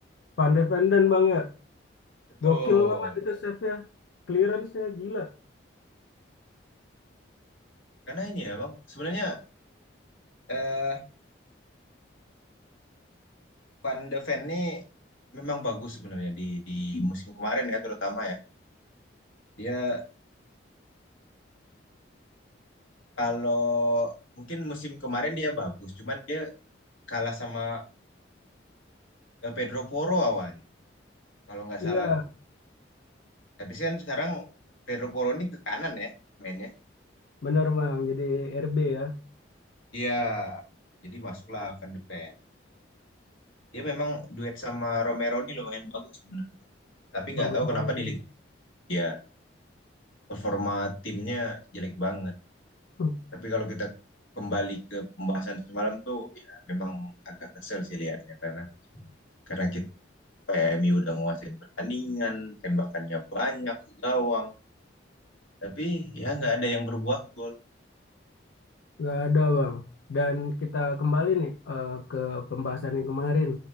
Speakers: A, on the left; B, on the left.
A: Van de Ven Bang ya.
B: Betul.
A: Gokil banget itu save-nya. Clearance-nya gila.
B: Karena ini ya Bang, sebenarnya eh Van de Ven ini memang bagus sebenarnya di di musim kemarin ya terutama ya. Dia kalau mungkin musim kemarin dia bagus, cuman dia kalah sama eh, Pedro Porro awalnya kalau nggak
A: Iya.
B: salah aku. Tapi kan sekarang Pedro Porro ini ke kanan ya mainnya.
A: Bener Bang, jadi RB ya,
B: Iya. Jadi masuklah Van de Ven. Dia memang duet sama Romero ini lumayan bagus sebenarnya. Tapi nggak
A: bagus
B: tahu kenapa
A: banget
B: di
A: ya.
B: Liga ya performa timnya jelek banget.
A: Hmm,
B: Tapi kalau kita kembali ke pembahasan semalam tuh, ya memang agak kesel sih liatnya karena karena kita MU udah nguasain pertandingan, tembakannya banyak ke gawang, tapi ya nggak ada yang berbuah gol.
A: Nggak ada Bang. Dan kita kembali nih eh, ke pembahasan yang kemarin.